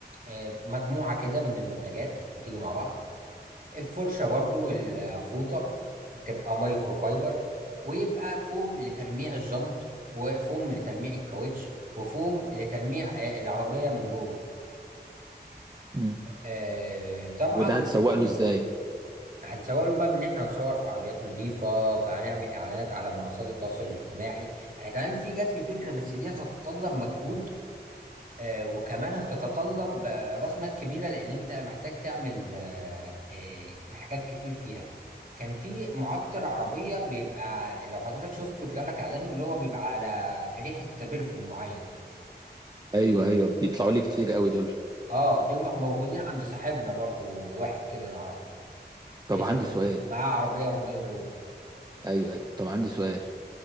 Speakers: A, on the right; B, on the right.
A: آه، مجموعة كده من المنتجات بتيجي مع بعض الفرشة برضو والفوطة تبقى مايكرو فايبر ويبقى فوم لتلميع الجنط وفوم لتلميع الكاوتش وفوم لتلميع آه، العربية من جوه
B: مم.
A: آه، طبعا
B: وده هتسوق له ازاي
A: هنسوق له بقى بان احنا هنصور في عربيات نظيفه فهنعمل اعلانات على منصات التواصل الاجتماعي انا كمان في جات لي فكره بس دي هتتطلب مجهود آه وكمان هتتطلب آه راس مال كبيره لان انت محتاج تعمل آه آه حاجات كتير فيها كان في معطر عربيه بيبقى لو حضرتك شفته طلع لك اعلانه اللي هو بيبقى على ريحه برفيوم معين
B: ايوه ايوه بيطلعوا لي كتير قوي دول
A: اه دي م- موجودين عند صاحبنا برضو واحد كده نعرفه
B: طب
A: اسمه
B: عندي سؤال
A: معاه عربيه هونداي بايون
B: ايوه ايوه طب عندي سؤال